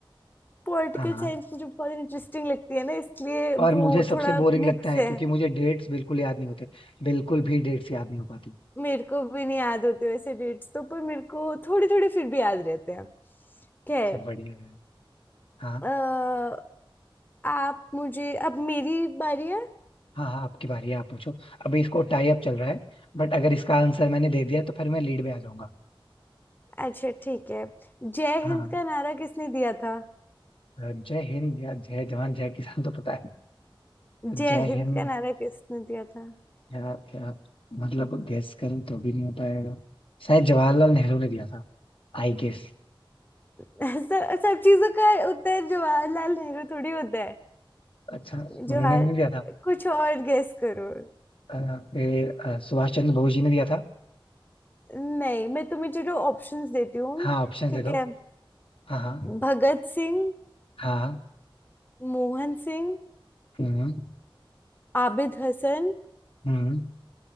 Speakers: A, on the left; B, on the left.
A: पॉलिटिकल
B: हाँ
A: साइंस
B: हाँ
A: मुझे बहुत इंटरेस्टिंग लगती है ना इसलिए
B: और
A: वो
B: मुझे सबसे
A: थोड़ा
B: बोरिंग लगता
A: मिक्स
B: है
A: है
B: क्योंकि मुझे डेट्स बिल्कुल याद नहीं होते बिल्कुल भी डेट्स याद नहीं हो पाती
A: मेरे को भी नहीं याद होते वैसे डेट्स तो पर मेरे को थोड़े थोड़े फिर भी याद रहते हैं खैर
B: सब बढ़िया है हाँ
A: अ, आप मुझे अब मेरी बारी है
B: हाँ हाँ आपकी बारी है आप पूछो अभी इसको टाई अप चल रहा है बट अगर इसका आंसर मैंने दे दिया तो फिर मैं लीड में आ जाऊंगा
A: अच्छा ठीक है जय
B: हाँ
A: हिंद का नारा किसने दिया था
B: अ, जय हिंद या जय जवान जय किसान तो पता है
A: जय
B: जय
A: हिंद
B: हिंद
A: का नारा किसने दिया था
B: या, या मतलब गैस करूं तो भी नहीं हो पाएगा शायद जवाहरलाल नेहरू ने दिया था आई गेस
A: <laughs> सब सब चीजों का उत्तर जवाहरलाल नेहरू थोड़ी होता है
B: अच्छा उन्होंने
A: जवाहर
B: नहीं दिया था
A: कुछ और गेस करो
B: अ, फिर अ, सुभाष चंद्र बोस जी ने दिया था
A: नहीं मैं तुम्हें चलो ऑप्शंस देती हूँ
B: हाँ ऑप्शन
A: ठीक
B: दे दो
A: है
B: हाँ हाँ
A: भगत सिंह
B: हाँ हाँ,
A: मोहन सिंह
B: हम्म
A: आबिद हसन
B: हम्म